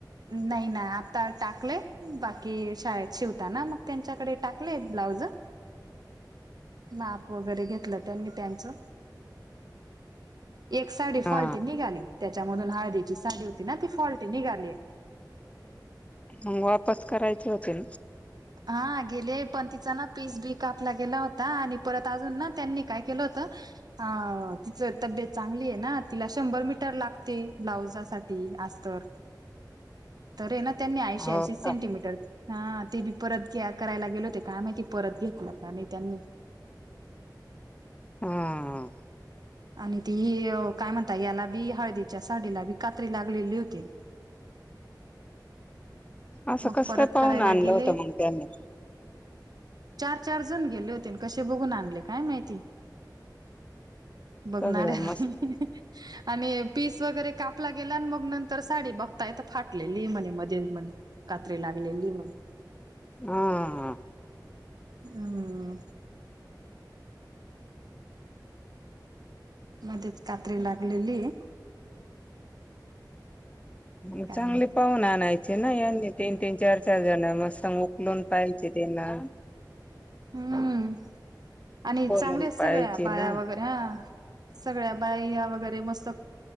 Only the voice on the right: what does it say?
नाही ना आता टाकलेय बाकी शाळेत शिवताना मग त्यांच्याकडे टाकलेय ब्लाऊज. माप वगैरे घेतलं त्यांनी त्यांचं एक साडी
फॉल्टी निघाली त्याच्यामधून हळदीची साडी होती ना ती फॉल्टी निघाली.
हा गेले पण तिचा ना पीस बी कापला गेला होता आणि परत अजून ना त्यांनी काय केलं होत अ तिचं तब्येत चांगली आहे ना तिला शंभर मीटर लागते ब्लाउजासाठी आस्तर तरी ना त्यांनी ऐशी-
ऐशी
सेंटीमीटर हा ते ब परत घ्या करायला गेलो का माहिती ते परत घेतलं का नाही त्यां....
आणि ती ही ओ काय म्हणता, याला बी हळदिच्या साडीला बी कात्री लागलेली होती.
मग
परत
करायला
गेले....
चार चार जण गेले होते, अन कसे बघून आणले काय माहिती बघणाऱ्या
आणि पीस वगैरे कापला गेला, अन मग नंतर साडी बघताय, तर फाटलेली म्हणे मध्ये म्हणे कात्री लागलेली मग
हम् मध्येच कात्री लागलेलीय
काही
हम्म आणि
चांगलेत सगळ्या
बाया
वगैरे हा सगळ्या बाईया वगैरे मस्त